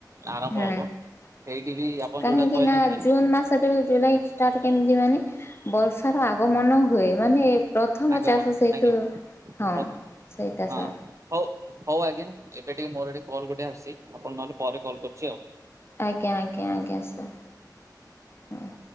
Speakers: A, on the right (about 45°); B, on the left (about 35°).
A: ଆରମ୍ଭ
B: ହୁଁ
A: ହବ
B: <inaudible>
A: ସେଇଠି ବି ଆପଣ
B: କାହିଁକି
A: ଯୋଉଟା କହିଲେନି
B: ନା
A: କି
B: ଜୁନ ମାସରୁ ଜୁଲାଇ ଷ୍ଟାର୍ଟ କେମିତି ମାନେ ବର୍ଷାର ଆଗମନ ହୁଏ। ମାନେ ପ୍ରଥମ
A: ଆଗମନ
B: ଚାଷ ସେଇଠୁ
A: ଆଜ୍ଞା
B: ହଁ
A: ପ୍ରଥମ
B: ସେଇଟା
A: ହଁ
B: ସ
A: ହଉ ହଉ ଆଜ୍ଞା ଏବେ ଟିକେ ମୋର ଏଠି କଲ୍ ଗୋଟେ ଆସିଛି ଆପଣ ନହେଲେ ପରେ କଲ୍ କରୁଛି ଆଉ
B: ଆଜ୍ଞା ଆଜ୍ଞା ଆଜ୍ଞା ସାର୍ ହଁ